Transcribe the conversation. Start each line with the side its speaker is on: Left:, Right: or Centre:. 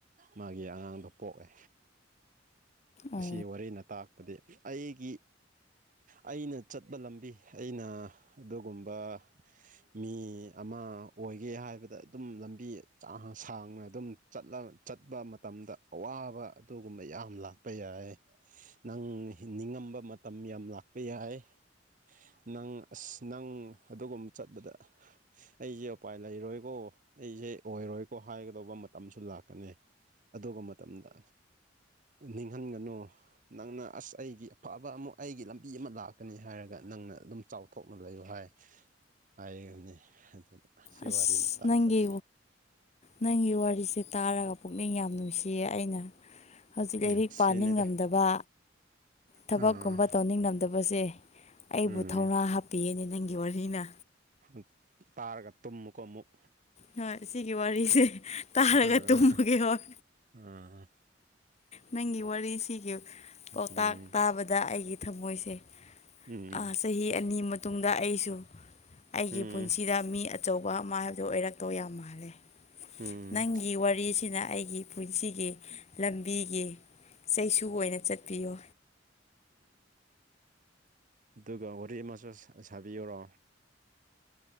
Right: ꯃꯥꯒꯤ ꯑꯉꯥꯡꯗꯣ ꯄꯣꯛꯑꯦ
Left: ꯑꯣ
Right: ꯑꯁꯤ ꯋꯥꯔꯤꯅ ꯇꯥꯛꯄꯗꯤ ꯑꯩꯒꯤ ꯑꯩꯅ ꯆꯠꯄ ꯂꯝꯕꯤ ꯑꯩꯅ ꯑꯗꯨꯒꯨꯝꯕ ꯃꯤ ꯑꯃ ꯑꯣꯏꯒꯦ ꯍꯥꯏꯕꯗ ꯑꯗꯨꯝ ꯂꯝꯕꯤ <unintelligible> ꯁꯥꯡꯅ ꯑꯗꯨꯝ ꯆꯠꯂ ꯆꯠꯄ ꯃꯇꯝꯗ ꯑꯋꯥꯕ ꯑꯗꯨꯒꯨꯝꯕ ꯌꯥꯝ ꯂꯥꯛꯄ ꯌꯥꯏ ꯅꯪ ꯍꯤꯡ ꯇꯝꯕ ꯃꯇꯝ ꯌꯥꯝ ꯂꯥꯛꯄ ꯌꯥꯏ ꯅꯪ ꯑꯁ ꯅꯪ ꯑꯗꯨꯒꯨꯝꯕ ꯆꯠꯄꯗ ꯑꯩꯖꯦ ꯎꯄꯥꯏ ꯂꯩꯔꯣꯏꯀꯣ ꯑꯩꯖꯦ ꯑꯣꯏꯔꯣꯏꯀꯣ ꯍꯥꯏꯒꯗꯧꯕ ꯃꯇꯝꯁꯨ ꯂꯥꯛꯀꯅꯤ ꯑꯗꯨꯒ ꯃꯇꯝꯗ ꯅꯤꯡꯍꯟꯒꯅꯨ ꯅꯪꯅ ꯑꯁ ꯑꯩꯒꯤ ꯑꯐꯕ ꯑꯃꯨꯛ ꯑꯩꯒꯤ ꯂꯝꯕꯤ ꯑꯃ ꯂꯥꯛꯀꯅꯤ ꯍꯥꯏꯔꯒ ꯅꯪ ꯅ ꯑꯗꯨꯝ ꯆꯥꯎꯊꯣꯛꯅ ꯂꯩꯌꯨ ꯍꯥꯏ ꯍꯥꯏꯒꯅꯤ ꯑꯗꯨ ꯁꯤ
Left: ꯑꯁ
Right: ꯋꯥꯔꯤꯅ ꯇꯥꯛꯄꯗꯤ
Left: ꯅꯪꯒꯤ ꯅꯪꯒꯤ ꯋꯥꯔꯤꯁꯦ ꯇꯥꯔꯒ ꯄꯨꯛꯅꯤꯡ ꯌꯥꯝ ꯅꯨꯡꯁꯤꯌꯦ ꯑꯩꯅ ꯍꯧꯖꯤꯛ
Right: ꯎꯝ
Left: ꯂꯩꯔꯤꯛ
Right: ꯁꯤꯅꯤꯗ
Left: ꯄꯥꯅꯤꯡꯔꯝꯗꯕꯥ ꯊꯕꯛꯀꯨꯝꯕ
Right: ꯑꯥ
Left: ꯇꯧꯅꯤꯡꯂꯝꯝꯗꯕꯁꯦ ꯑꯩꯕꯨ
Right: ꯎꯝ
Left: ꯊꯧꯅꯥ ꯍꯥꯞꯄꯤꯌꯦꯅꯦ ꯅꯪꯒꯤ ꯒꯤ ꯋꯥꯔꯤꯅ
Right: <unintelligible> ꯇꯥꯔꯒ ꯇꯨꯝꯃꯨꯀꯣ ꯑꯃꯨꯛ
Left: ꯍꯣꯏ ꯁꯤꯒꯤ ꯋꯥꯔꯤꯁꯦ ꯇꯥꯔꯒ
Right: ꯑꯥ
Left: ꯇꯨꯝꯃꯒꯦ ꯍꯣꯏ
Right: ꯑꯥ
Left: ꯅꯪꯒꯤ ꯋꯥꯔꯤꯁꯤꯒꯤ ꯄꯥꯎꯇꯥꯛ
Right: ꯎꯝ
Left: ꯇꯥꯕꯗ ꯑꯩꯒꯤ ꯊꯃꯣꯏꯁꯦ
Right: ꯎꯝ
Left: ꯑꯥ ꯆꯍꯤ ꯑꯅꯤ ꯃꯇꯨꯡꯗ ꯑꯩꯁꯨ ꯑꯩꯒꯤ
Right: ꯎꯝ
Left: ꯄꯨꯟꯁꯤꯗ ꯃꯤ ꯑ ꯑꯆꯧꯕ ꯑꯃ ꯍꯥꯏꯕꯗꯨꯣ ꯑꯣꯏꯔꯛꯇꯣꯏ ꯌꯥꯝ ꯃꯥꯜꯂꯦ
Right: ꯎꯝ
Left: ꯅꯪꯒꯤ ꯋꯥꯔꯤꯁꯤꯅ ꯑꯩꯒꯤ ꯄꯨꯟꯁꯤꯒꯤ ꯂꯝꯕꯤꯒꯤ ꯆꯩꯁꯨ ꯑꯣꯏꯅ ꯆꯠꯄꯤꯌꯣ
Right: ꯗꯨꯒ ꯋꯥꯔꯤ ꯑꯃꯁꯨ ꯁꯥ ꯁꯥꯕꯤꯌꯨꯔꯣ